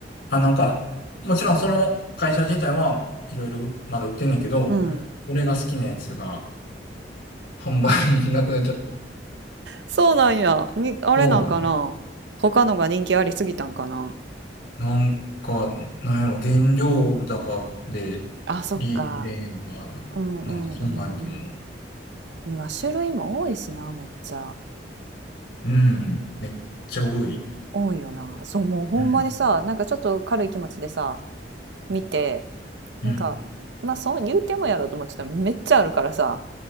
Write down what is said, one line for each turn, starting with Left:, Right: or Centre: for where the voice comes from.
Left: あ、なんか、もちろんその会社自体はいろいろまだ売ってんねんけど、
Right: うん。
Left: 俺が好きなやつが、販売になくなっちゃった。
Right: そうなんや。に、あれなんかな。
Left: そうだね。
Right: 他のが人気ありすぎたんかな。
Left: なんか、なんやろ、原料高で利益出へんとかな、
Right: あ、そっか。うんうんうんうん。
Left: なんかそんなんやと思う。
Right: 今種類も多いしな、めっちゃ。
Left: うん。めっちゃ多い。
Right: 多いよな。そう、もうほんまにさ、
Left: うん。
Right: なんかちょっと軽い気持ちでさ、見て、
Left: うん。
Right: なんか、まあそう言うてもやろうと思ってたらめっちゃあるからさ、